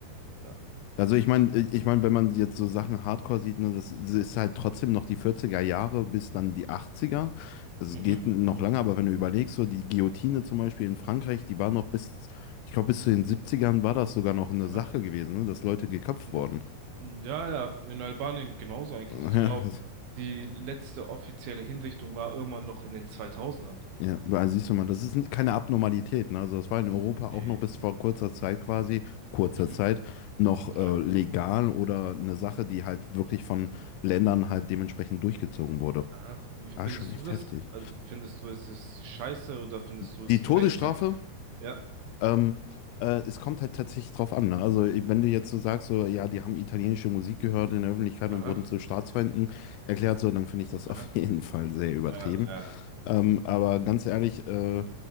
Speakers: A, on the right; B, on the left.
A: Ja.
B: Also ich meine, ich meine, wenn man jetzt so Sachen Hardcore sieht, ne, das ist halt trotzdem noch die 40er Jahre bis dann die 80er. Das
A: Mhm.
B: geht noch lange, aber wenn du überlegst, so die Guillotine zum Beispiel in Frankreich, die war noch bis, ich glaube, bis zu den 70ern war das sogar noch eine
A: Aha.
B: Sache gewesen, ne, dass Leute geköpft
A: N-
B: wurden.
A: Ja, ja, in Albanien genauso eigentlich.
B: <laughs>
A: Ich glaube, die letzte offizielle Hinrichtung war irgendwann noch in den 2000ern.
B: Ja, ja, also siehst du mal, das ist keine Abnormalität, ne? Also das war in
A: N-
B: Europa
A: Nee.
B: auch noch bis vor kurzer Zeit quasi, kurzer
A: Mhm.
B: Zeit, noch
A: Ja.
B: äh, legal oder eine Sache, die halt wirklich von Ländern halt dementsprechend durchgezogen wurde.
A: Aha. Und wie
B: Ah,
A: findest
B: schon echt
A: du das?
B: heftig.
A: Also findest du, es ist scheiße oder findest
B: Die,
A: du es
B: die Todesstrafe,
A: gerechtfertigt? Ja.
B: ähm, äh, es kommt halt tatsächlich drauf an. Ne? Also, wenn du jetzt so sagst, so, ja, die haben italienische Musik gehört in der Öffentlichkeit
A: Aha.
B: und wurden zu Staatsfeinden erklärt, so, dann finde ich das <laughs>
A: Aha.
B: auf jeden Fall sehr übertrieben.
A: Ja, ja. ja.
B: Ähm, aber ganz ehrlich, äh,